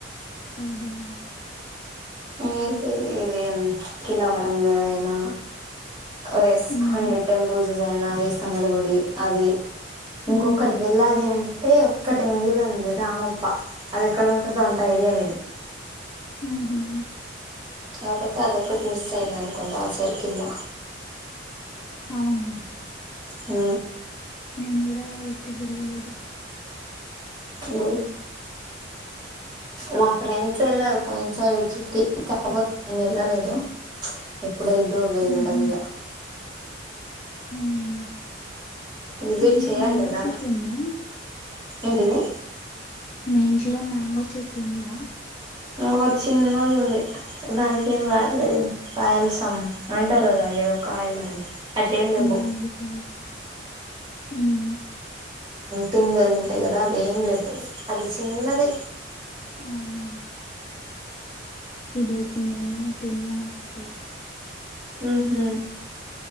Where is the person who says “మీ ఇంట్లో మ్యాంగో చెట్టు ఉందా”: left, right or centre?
Left